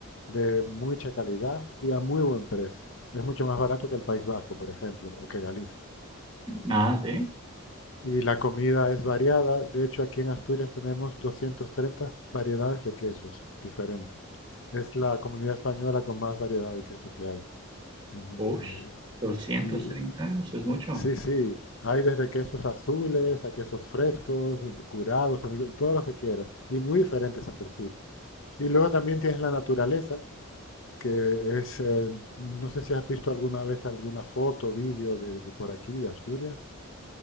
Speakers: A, on the left (about 65°); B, on the right (about 20°).
A: de mucha calidad y a muy buen precio. Es mucho más barato que el País Vasco, por ejemplo, o que Galicia.
B: Nada, sí.
A: Y la comida es variada. De hecho, aquí en Asturias tenemos 230 variedades de quesos diferentes. Es la comunidad española con más variedad de queso que hay. En,
B: Uy,
A: eh,
B: doscientos
A: y
B: treinta, eso es mucho.
A: Sí, sí. Hay desde quesos azules a quesos frescos, curados, amigos, todos los que quieras. Y muy diferentes entre sí. Y luego también tienes la naturaleza, que es, eh, no sé si has visto alguna vez alguna foto, vídeo de, de por aquí, de Asturias.